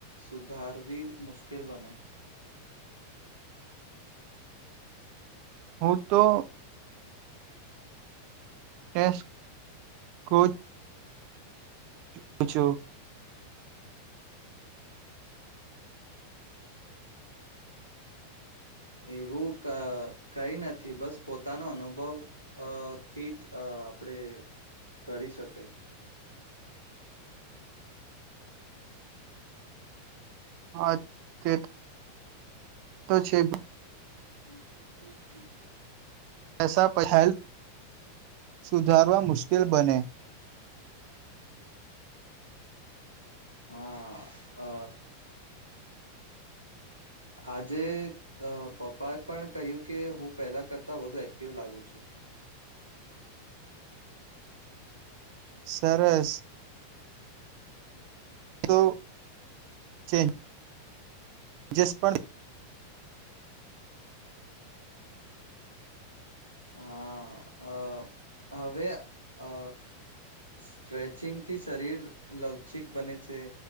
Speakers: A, on the left; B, on the right.
A: સુધારવી મુશ્કેલ બને
B: હું તો ટેસ્ટ કોચ પૂછું
A: એવું કઈ નથી બસ પોતાનો અનુભવ અથી જ આપણેે કરી શકી
B: હા તે તો છે ભ
A: હમ
B: પૈસા પ હેલ્પ સુધારવા મુશ્કેલ બને
A: હા અ આજે પપ્પાએ પણ કહ્યું કે હું પહેલા કરતા વધુ એક્ટિવ લાગુ છું
B: સરરેસ તો ચ જસ પણ
A: હા અ હવે અ સ્ટ્રેચિંગથી શરીર લવચિક બને છે